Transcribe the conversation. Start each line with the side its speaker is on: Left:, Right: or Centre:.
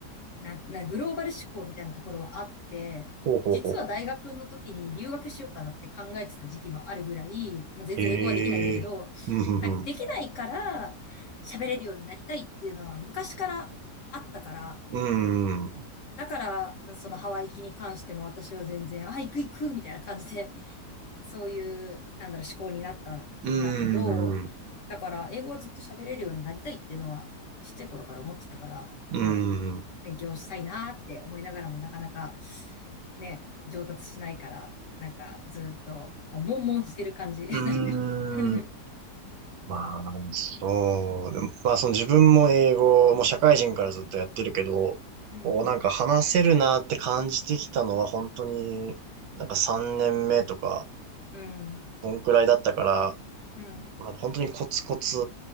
Left: な、な、グローバル志向みたいなところはあって、
Right: ほうほうほう。
Left: 実は大学の時に留学しようかなって考えてた時期もあるぐらい、まあ、全然英語はできないんだけど、
Right: へえ。うん、ふんふん。
Left: だからできないから喋れるようになりたいっていうのは昔からあったから、
Right: うーん。う
Left: だから、そのハワイ行きに関しても私は全然、あ、行く行くみたいな感じで、そういう、なんだろう、思考になったんだけど、
Right: ーん。
Left: だから、英語をずっと喋れるようになりたいっていうのは、ちっちゃい頃から思ってたから、
Right: うーん。
Left: も勉強したいなって思いながらもなかなかね、上達しないから、なんかずっとこう、悶々してる感じ。<laughs>
Right: うーん。
Left: なんか <laughs>
Right: まあ、そう。でもまあ、その自分も英語も社会人からずっとやってるけど、
Left: うん、
Right: こうなんか話せるなって感じてきたのは本当になんか3年目とか、
Left: うん、
Right: こんくらいだったから、
Left: うん、
Right: まあ、本当にコツコツ